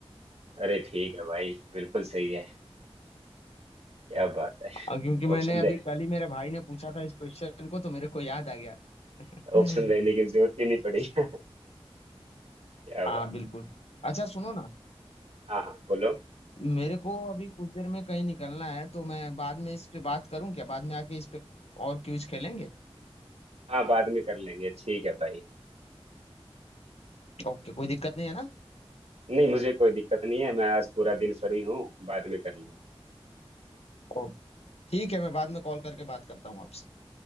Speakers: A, on the right; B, on the left.
A: अरे ठीक है भाई बिल्कुल सही है क्या बात है
B: अ, क्योंकि मैंने
A: ऑप्शन
B: अभी
A: दे
B: कल ही मेरे भाई ने पूछा था इस क्वेश्चन को तो मेरे को याद आ गया <laughs>
A: ऑप्शन देने की जरूरत ही नहीं पड़ी <laughs> क्या बात
B: हाँ बिल्कुल अच्छा सुनो ना
A: हाँ हाँ बोलो
B: मेरे को अभी कुछ देर में कहीं निकलना है तो मैं बाद में इस पे बात करूं क्या बाद में आके इस पे और क्विज खेलेंगे
A: हाँ बाद में कर लेंगे ठीक है भाई
B: ओके कोई दिक्कत नहीं है ना
A: नहीं मुझे कोई दिक्कत नहीं है मैं आज पूरा दिन फ्री हूँ बाद में कर लेंगे
B: ओके ठीक है मैं बाद में कॉल करके बात करता हूँ आपसे